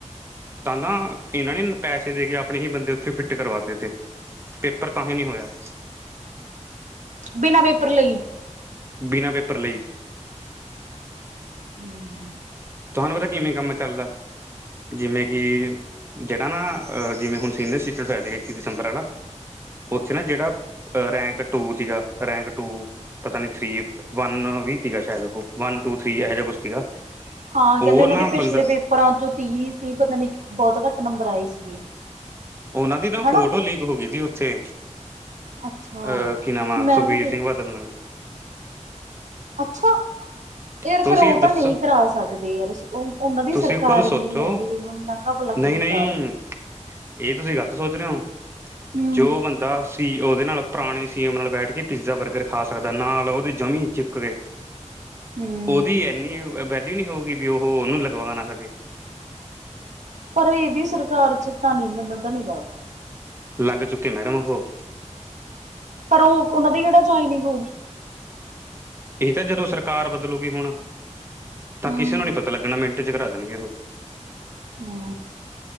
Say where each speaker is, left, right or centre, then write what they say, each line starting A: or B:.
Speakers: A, on the right; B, on the right.
A: ਨਾ ਨਾ ਇਹਨਾਂ ਨੇ ਪੈਸੇ ਦੇ ਕੇ ਆਪਣੇ ਹੀ ਬੰਦੇ ਉੱਥੇ ਫਿੱਟ ਕਰਵਾਤੇ ਤੇ ਪੇਪਰ ਤਾਂ ਹੀ ਨਹੀਂ ਹੋਇਆ।
B: ਬਿਨਾਂ ਪੇਪਰ ਲਈ,
A: ਬਿਨਾਂ ਪੇਪਰ ਲਈ।
B: <unintelligible>
A: ਤੁਹਾਨੂੰ ਪਤਾ ਕਿਵੇਂ ਕੰਮ ਚੱਲਦਾ ਜਿਵੇਂ ਕਿ ਜਿਹੜਾ ਨਾ। ਜਿਵੇਂ ਹੁਣ ਸੀਨੀਅਰ ਸਿਟੀਜਨ ਹੋਆ ਸੀ ਇੱਕੀ ਦਸੰਬਰ ਆਲਾ। ਉੱਥੇ ਨਾ ਜਿਹੜਾ ਰੈਂਕ ਟੂ ਸੀਗਾ ਰੈਂਕ, ਟੂ ਪਤਾ ਨੀ ਥ੍ਰਰੀ ਵੰਨ ਵੀ ਸੀਗਾ ਸ਼ਾਇਦ ਉਹ ਵਨ ਟੂ ਥ੍ਰਰੀ ਇਹੋ ਜਿਹਾ ਕੁਛ ਸੀਗਾ,
B: ਹਾਂ ਕਹਿੰਦੇ
A: ਉਹ
B: ਉਹਨਾਂ
A: ਨਾ
B: ਦੇ ਪਿਛਲੇ
A: ਬੰਦਾ
B: ਪੇਪਰਾਂ ਚੋਂ ਤੀਹ ਤੀਹ ਪਤਾ ਨੀ ਬਹੁਤ ਘੱਟ ਨੰਬਰ ਆਏ ਸੀਗੇ,
A: ਉਹਨਾਂ ਦੀ ਨਾ।
B: ਹਨਾ
A: ਫੋਟੋ ਲੀਕ ਹੋ ਗਈ ਸੀ ਉੱਥੇ।
B: ਅੱਛਾ
A: ਅਹ ਕੀ ਨਾਮ ਆ
B: ਮੈਂ
A: ਸੁਖਬੀਰ
B: ਵੀ ਦੇਖ
A: ਸਿੰਘ ਬਾਦਲ ਨਾਲ,
B: ਅੱਛਾ। ਯਾਰ
A: ਤੁਸੀਂ
B: ਫਿਰ ਉਹ
A: ਦੱਸੋ
B: ਤਾਂ ਨਹੀਂ ਕਰਾ ਸਕਦੇ। ਯਾਰ ਉਹ? ਉਹਨਾਂ ਦੀ
A: ਤੁਸੀਂ
B: ਸਰਕਾਰ
A: ਖੁਦ
B: ਹੀ
A: ਸੋਚੋ
B: ਨੀ ਹੈਗੀ, ਹੁਣ ਨਾਕਾ ਭਲਾ
A: ਨਹੀਂ
B: ਕਿਵੇਂ
A: ਨਹੀਂ
B: ਕਰਾ ਦਾਂਗੇ।
A: ਇਹ ਤੁਸੀਂ ਗਲਤ ਸੋਚ ਰਹੇ ਹੋ
B: ਹਮ
A: ਜੋ ਬੰਦਾ, ਸੀ ਉਹਦੇ ਨਾਲ ਪੁਰਾਣੇ ਸੀਮ ਨਾਲ ਬੈਠ ਕੇ ਪੀਜ਼ਾ ਬਰਗਰ ਖਾ ਸਕਦਾ ਨਾਲ ਉਹਦੀ ਜਮੀ ਚਿਪਕੇ ਏ,
B: ਹੂੰ
A: ਉਹਦੀ ਐੰਨੀ ਵੈਲਿਊ ਨਹੀਂ ਹੋਊਗੀ ਵੀ ਉਹ ਉਹਨੂੰ ਲਗਵਾ ਨਾ ਸਕੇ,
B: ਪਰ ਇਹਦੀ ਸਰਕਾਰ ਚ ਤਾਂ ਨਹੀਂ। ਮੈਨੂੰ ਤਾਂ ਨਹੀਂ ਲੱਗਦਾ।
A: ਲੱਗ ਚੁੱਕੇ ਮੈਡਮ ਉਹ
B: ਪਰ ਉਹ। ਉਹਨਾਂ ਦੀ ਕਿਹੜਾ ਜੁਆਇਨਿੰਗ ਹੋ ਗਈ।
A: ਇਹ ਤਾਂ ਜਦੋਂ ਸਰਕਾਰ ਬਦਲੂਗੀ ਹੁਣ। ਤਾਂ
B: ਹਮ
A: ਕਿਸੇ ਨੂੰ ਨਹੀ ਪਤਾ ਲੱਗਣਾ ਮਿੰਟ ਚ ਕਰ? ਨਂਗੇ ਹੋ ਕੇ।
B: ਹੂੰ